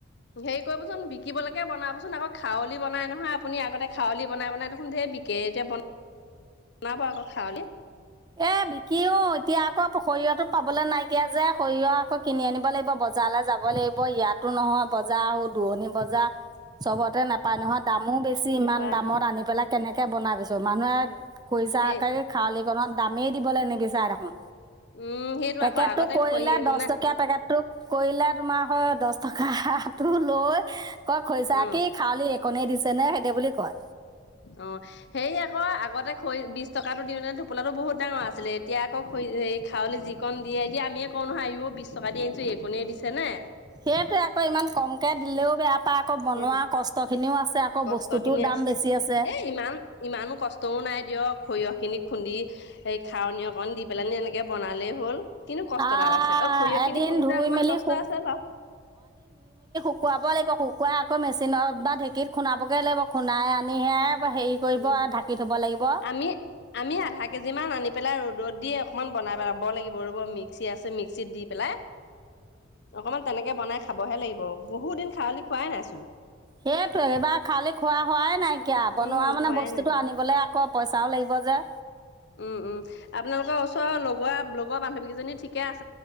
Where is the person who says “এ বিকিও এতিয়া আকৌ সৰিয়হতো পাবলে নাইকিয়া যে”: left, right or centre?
Right